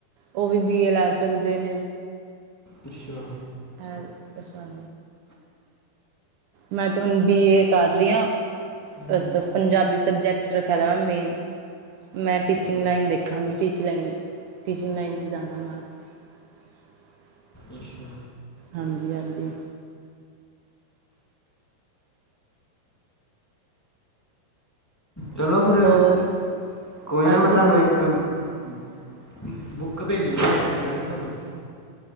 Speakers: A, on the right (about 70°); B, in the centre.
A: ਉਹ ਵੀ ਬੀਏ ਲੈ ਸਕਦੇ ਨੇ।
B: ਅੱਛਾ
A: ਹੈ, ਅਛਾ। ਮੈਂ ਤੇ ਹੁਣ, ਬੀ ਏ ਕਰ ਰਹੀ ਹਾਂ।
B: ਹਮ
A: ਅਤੇ ਪੰਜਾਬੀ ਸਬਜੈਕਟ ਰੱਖਿਆ ਦਾ ਮ ਮੇਨ। ਮੈਂ ਟੀਚਿੰਗ
B: ਅੱਛਾ
A: ਲਾਈਨ ਦੇਖਾਂਗੀ, ਟੀਚਿੰਗ ਲਾਈਨ, ਟੀਚਿੰਗ ਲਾਈਨ ਚ ਜਾਣਾ ਮੈਂ। ਅ।
B: ਅੱਛਾ।
A: ਹਾਂਜੀ-ਹਾਂਜੀ।
B: ਚਲੋ ਫਿਰ,
A: ਹੋਰ
B: ਕੋਈ
A: ਹਾਂਜੀ
B: ਨਾ ਮੈਂ ਤੁਹਾਨੂੰ ਇੱਕ ਇਕ ਬੁੱਕ ਭੇਜਜੀੜਿਆ ਇਕ, ਮੈਂ ਕਿਹਾ ਤੁਹਾਨੂੰ।